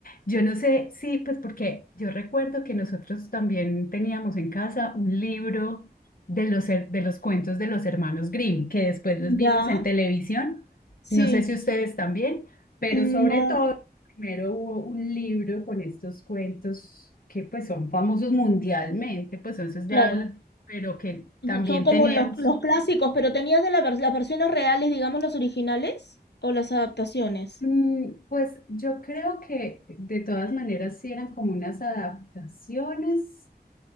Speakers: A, on the left (about 55°); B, on the left (about 80°).
A: Yo no sé, sí, pues porque yo recuerdo que nosotros también teníamos en casa un libro de los, her- de los cuentos de los hermanos Grimm, que después los vimos
B: ya,
A: en televisión,
B: sí,
A: no sé si ustedes también, pero
B: no,
A: sobre todo... Primero hubo un libro con estos cuentos que pues son famosos mundialmente, pues entonces
B: claro,
A: ya, l- pero que también
B: son como
A: teníamos.
B: los, los clásicos, pero tenías de la vers- las versiones reales, digamos, las originales o las adaptaciones.
A: Mm, Pues yo creo que de todas maneras sí eran como unas adaptaciones,